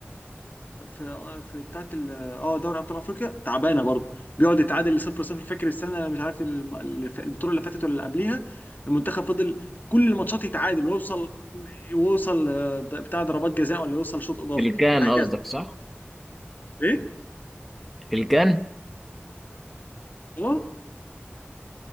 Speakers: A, on the left; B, in the centre.
A: في في بتاعت ال- اه دوري ابطال افريقيا تعبانه برضه بيقعد يتعادل لصفر صفر فاكر السنه مش عارف الم- الف- البطوله اللي فاتت ولا اللي قبليها المنتخب فضل كل الماتشات يتعادل ويوصل ويوصل آه، د- بتاع ضربات جزاء ولا يوصل شوط اضافي
B: في الكان
A: وهكذا
B: قصدك صح
A: ايه
B: في الكان
A: اه